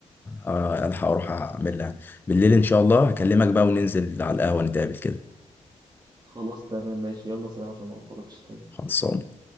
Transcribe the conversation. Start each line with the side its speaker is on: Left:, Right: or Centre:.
Left: آه، الحق اروح اعمل لها بالليل ان شاء الله هكلمك
Right: طيب
Left: بقى وننزل على القهوة نتقابل كده
Right: خلاص تمام ماشي يلا سلام عشان ما اعطلكش طيب.
Left: خلصان